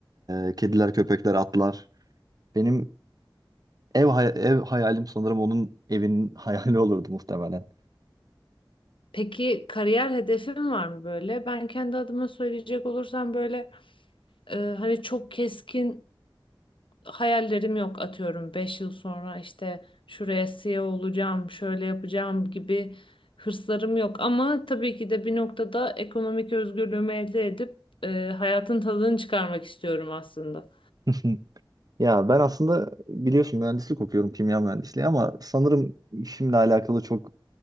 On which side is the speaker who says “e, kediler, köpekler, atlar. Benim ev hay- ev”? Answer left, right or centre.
Right